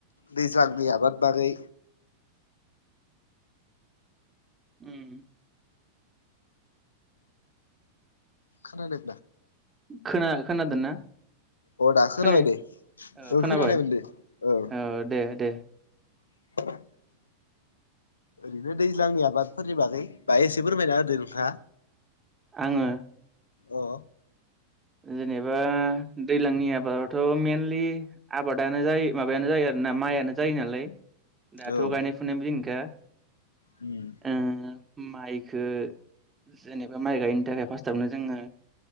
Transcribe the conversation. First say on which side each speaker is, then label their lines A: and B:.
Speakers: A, on the left; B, on the right.
A: दैज्लांनि आबाद बागै
B: उम
A: खोनादों
B: खोना खोनादोना
A: अ दा खोनाबाय
B: खोने
A: दे
B: अ'खोनाबाय
A: औ खोनानायमोन दे औ
B: अ' दे दे
A: <unintelligible> ओरैनो दैज्लांनि आबादफोरनि बागै बाहाय एसे फोरमायना होदो नोंथाङा।
B: आङो
A: अ
B: जेनेबा दैलांनि आबादावथ' मेनलि आबादानो जायो माबायानो जायो आरोना माइआनो जायो नालाय। दाथ'
A: औ
B: गायनाय फुनायनिबो दिनखा
A: उम
B: ओ माइखो जेनेबा माइ गायनो थाखाय फार्स्टावनो जोंङो